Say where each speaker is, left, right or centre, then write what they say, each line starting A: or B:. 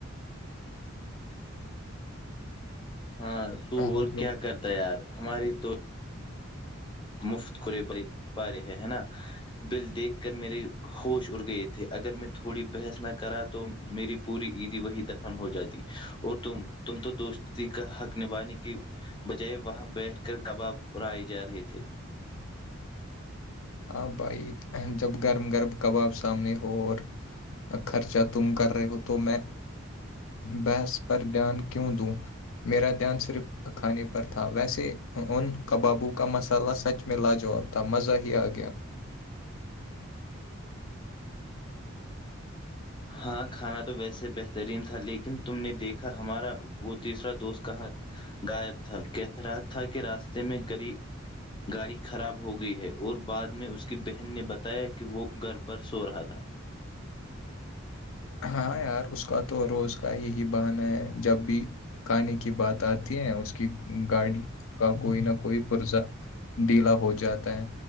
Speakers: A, on the left; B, on the left.
A: ہاں تو
B: ہاں
A: اور
B: جو
A: کیا کرتا یار ہماری تو مفت کورے بریے پارے ہیں ہے نا بل دیکھ کر میرے ہوش اڑ گئے تھے اگر میں تھوڑی بحث نہ کرا تو میری پوری عیدی وہی دفن ہو جاتی اور تم تم تو دوستی کا حق نبھانے کی بجائے وہاں بیٹھ کر کباب اڑائے جا رہے تھے
B: ہاں بھائی جب گرم گرب کباب سامنے ہو اور خرچہ تم کر رہے ہو تو میں بحث پر دھیان کیوں دوں میرا دھیان صرف کھانے پر تھا ویسے ان کبابوں کا مسالہ سچ میں لا جواب مزہ ہی آ گیا
A: ہاں کھانا تو ویسے بہترین تھا لیکن تم نے دیکھا ہمارا وہ تیسرا دوست کہاں غائب تھا کہہ رہا تھا کہ راستے میں گری گاڑی خراب ہو گئی ہے اور بعد میں اس کی بہن نے بتایا کہ وہ گھر پر سو رہا تھا
B: ہاں یار اس کا تو روز کا یہی بہانہ ہے جب بھی کہانی کی بات آتی ہے اس کی گاڑی کا کوئی نہ کوئی پرزہ دلا ہو جاتا ہے